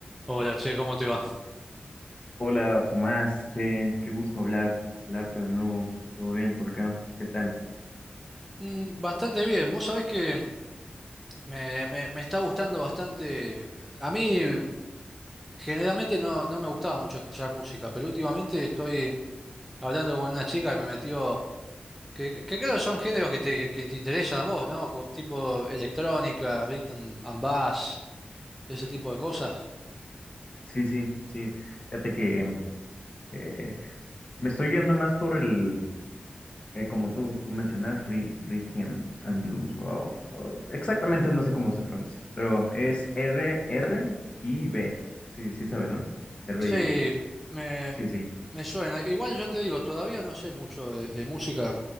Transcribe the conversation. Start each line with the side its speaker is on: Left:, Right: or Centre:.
Centre: Hola, che, ¿cómo te va?
Left: Hola Tomás, qué, qué gusto hablar, hablarte de nuevo. ¿Todo bien por acá? ¿Qué tal?
Centre: Mm, Bastante bien. Vos sabés que me, me- me está gustando bastante. A mí generalmente no, no me gustaba mucho escuchar música, pero últimamente estoy hablando con una chica que me metió, que, que- que creo que son géneros que te, que te interesan a vos, ¿no? Co- Tipo electrónica, rhythm and bass, ese tipo de cosas.
Left: Sí, sí, sí. Fíjate que em, eh, me estoy yendo más por el, eh, como tú, tú mencionas, ri- Rhythm and Blues, wow. Ah, exactamente no sé cómo se pronuncia, pero es R, R y B. Sí, sí sabes, ¿no? R
Centre: Sí,
Left: y B.
Centre: me,
Left: Sí, sí.
Centre: me suena. Igual yo te digo, todavía no sé mucho de, de música.